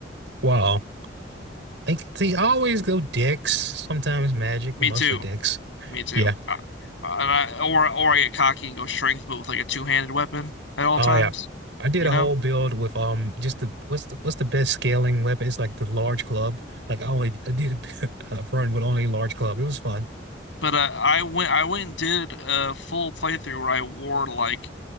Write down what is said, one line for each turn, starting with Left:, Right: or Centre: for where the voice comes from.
Right: Wow. Like see, I always go dicks, sometimes magic,
Left: Me
Right: but mostly
Left: too.
Right: dicks.
Left: Me too.
Right: Yeah.
Left: Uh, and I, or or I get cocky and go strength, but with like a two-handed weapon at all
Right: Oh
Left: times,
Right: yeah. I did
Left: you
Right: a
Left: know.
Right: whole build with um just the what's the what's the best scaling weapon? It's like the large club. Like I only I did a, <laughs> a run with only large club. It was fun.
Left: But uh, I went I went and did a full playthrough where I wore like